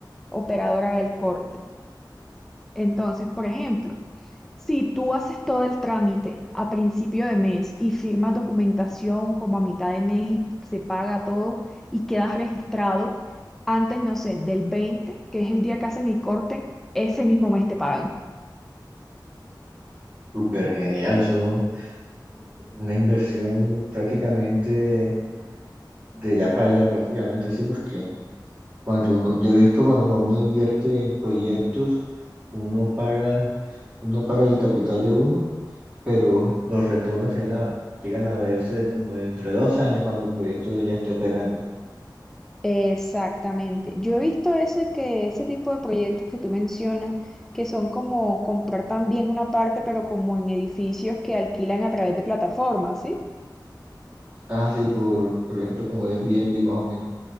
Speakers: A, in the centre; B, on the right (about 20°).
A: operador haga el corte. Entonces, por ejemplo, Si tú haces todo el trámite a principio de mes y firmas documentación como a mitad de mes y se paga todo y quedas registrado, antes, no sé, del 20 que es el día que hacen el corte, ese mismo mes te pagan.
B: Súper genial, eso, una inversión prácticamente de ya para allá, prácticamente, sí, porque cuando uno, yo he visto cuando, cuando uno invierte en proyectos, uno paga, uno paga el capital de uno, pero los retornos se llegan a, llegan a verse como entre dos años cuando el proyecto ya esté operando.
A: Exactamente. Yo he visto ese que ese tipo de proyectos que tú mencionas, que son como comprar también una parte, pero como en edificios que alquilan a través de plataformas, ¿sí?
B: Ah, sí, por, por ejemplo, como Airbnb más o menos.